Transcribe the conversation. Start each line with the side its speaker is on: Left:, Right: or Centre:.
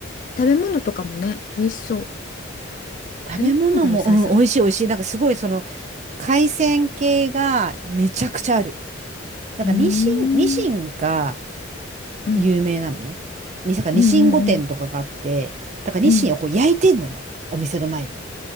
Left: 食べ物とかもね、美味しそう。
Right: う。食べ物も、
Left: 食べ物が良さそう。
Right: うん、美味しい美味しい。なんかすごいその海鮮系がめちゃくちゃある。なんかニシン、
Left: うーん、
Right: ニシンが
Left: うん、
Right: 有名なのね。に、だからニシン御殿とかがあって、
Left: うんうん
Right: だからニシンをこう焼いてんのよ。
Left: うんうん。
Right: お店の前で。